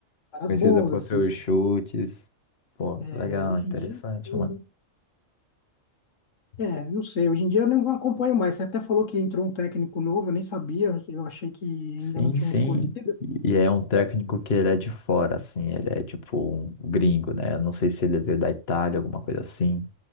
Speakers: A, on the left; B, on the left.
A: caras
B: Conhecida
A: bons,
B: por
A: assim.
B: seus chutes. Pô,
A: É,
B: legal,
A: hoje
B: interessante,
A: em dia, hum, é, não sei, hoje em dia eu não acompanho mais. Você até falou que entrou um técnico novo, eu nem sabia, eu eu achei que
B: Sim,
A: ainda não tinham
B: sim.
A: escolhido.
B: E é um técnico que ele é de fora, assim, ele é tipo um gringo, né? Eu não sei se ele veio da Itália, alguma coisa assim,